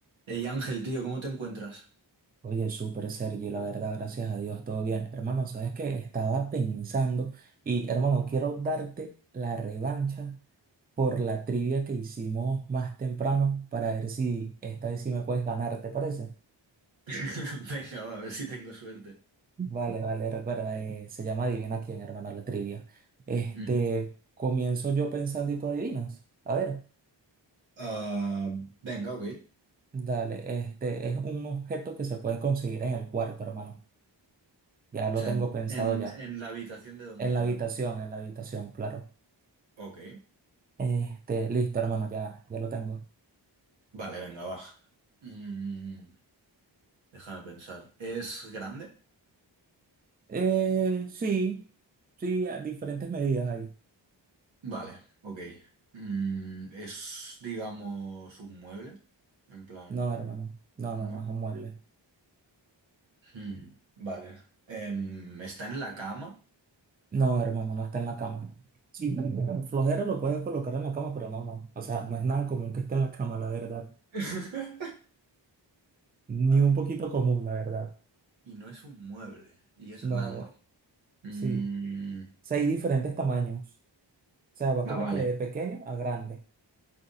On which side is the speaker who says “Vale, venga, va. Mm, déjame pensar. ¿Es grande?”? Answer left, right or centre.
Right